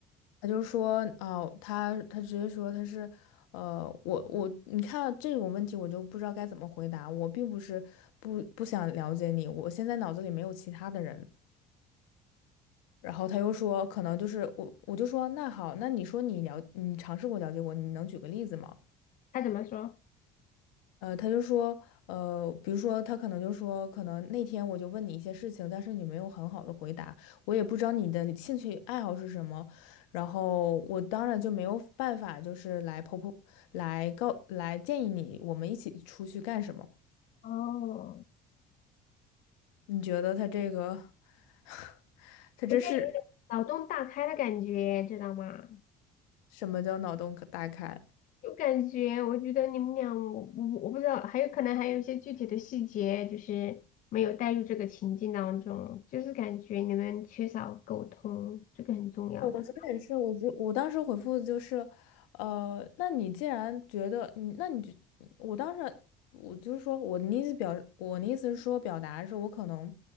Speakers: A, on the left; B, on the left.
A: 他就说哦，他他直接说他是，呃，我我你看啊这种问题我就不知道该怎么回答。我并不是不不想了解你，我现在脑子里没有其他的人。然后他又说，可能就是我，我就说那好，那你说你了，你尝试过了解我，你能举个例子吗？
B: 他怎么说？
A: 呃，他就说，呃，比如说他可能就说，可能那天我就问你一些事情，但是你没有很好的回答，我也不知道你的兴趣爱好是什么，然后我当然就没有办法，就是来婆婆来告来建议你，我们一起出去干什么？
B: 哦，
A: 你觉得他这个，<laughs> 他这是
B: 有点脑洞大开的感觉，知道吗？
A: 什么叫脑洞可大开？
B: 有感觉，我觉得你们俩，我我我不知道，还有可能还有一些具体的细节，就是没有带入这个情境当中，就是感觉你们缺少沟通，这个很重要的。
A: 对我昨天也是，我就我当时回复就是，呃，那你既然觉得你，那你就，我当时我就是说我的意思表，我的意思是说表达是我可能，